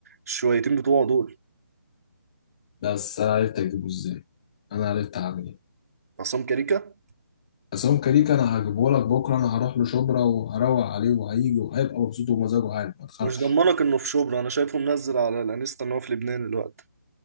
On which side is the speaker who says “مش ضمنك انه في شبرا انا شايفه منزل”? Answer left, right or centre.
Right